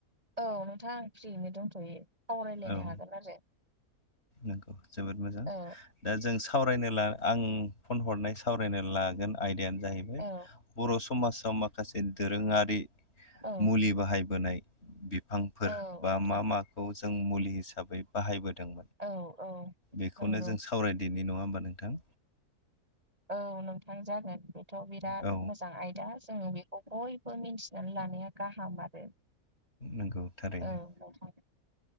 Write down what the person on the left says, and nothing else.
औ
नंगौ जोबोद मोजां
दा जों सावरायनो ला आं फन हरनाय सावरायनो लागोन आयदायानो जाहैबाय
बर' सु समाजाव माखासे दोरोङारि
मुलि बाहायबोनाय बिफांफोर
बा
मा माखौ जों मुलि हिसाबै बाहायबोदों
बेखौनो
जों सावरायदेरनि नङा होमबा नोंथां
औ
नंगौ थारैनो